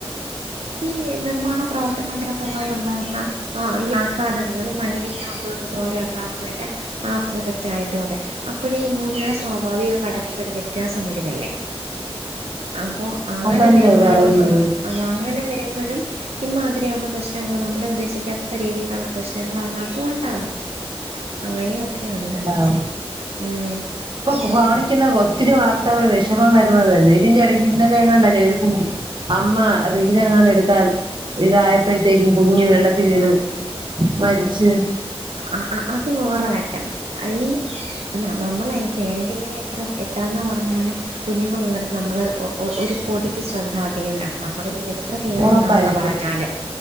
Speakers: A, on the right; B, on the right.
A: ഈ നിർമ്മാണ പ്രവർത്തന ഭാമായി ഉണ്ടാകുന്ന ആഹ് ആഘാതങ്ങൾ അ മൈനി അത പോലെ ഉണ്ടാവുന്നതിന്റെ ആഹ് തറ്റായിട്ടും ഒക്കെ അപ്പോഴും ഈ ഭൂമിയുടെ സ്വാഭാവിക ഘടനയിലൊ ഒരു വ്യത്യാസം വരുമല്ലേ അപ്പൊ അങ്ങനെ
B: അതല്ലേ
A: വരുമ്പോഴോ
B: പറയുന്നത്
A: ആഹ് അത് അങ്ങനെ വരുമ്പോഴും ഇഈമാതിരിെയുള്ള പ്രശ്നങ്ങൾ നമ്മളെ ഉദ്ദേശിക്കാത്ത രീതിയിലുള്ള പ്രശ്നങ്ങൾ അതിനകത്തും ഉണ്ടാകും അങ്ങനെയുമ ഒക്കെയ ഉണ്ട്
B: ഉണ്ടാവ
A: ഉം
B: ഇപ്പൊ കാണിക്കുന്ന
A: ശരി.
B: ഒത്തിരി വാർത്തകൾ വ മ മരുന്നത് തന്നെ ഇതിറെ ഇടയ്ക്ക് ഇന്നലെ കൊണ്ടല്ലേ ഒരു അമ്മ റീനങ്ങാണ്ട് എടുക്കാൻ ഇതായപ്പോഴത്തേക്കും കുഞ്ഞും വെള്ളത്തി വീണ് മരിച്ച്
A: ആഹ് അത് വേറെ ട്ടം അഹ് ഈ നമ്മളെ ഈ പേരന്റിങ്ങനെ എത്ര എത്രന്നാ പറഞ്ഞാലും കുഞ്ഞുങ്ങളൾുള്ളടുത്ത് നമ്മള് ഒരു പൊടിക്ക് ശ്രദ്ധ അധികം വടണം നമ്മളിന എത്ര കെയറിംഗ
B: ഉറപ്പായിട്ട്
A: ആണെന്ന് പറഞ്ഞാലും